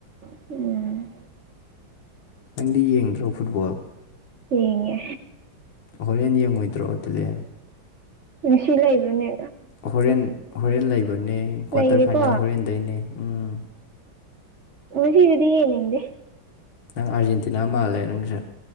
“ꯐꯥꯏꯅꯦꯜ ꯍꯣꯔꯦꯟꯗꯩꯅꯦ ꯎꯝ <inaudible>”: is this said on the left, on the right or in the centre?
Left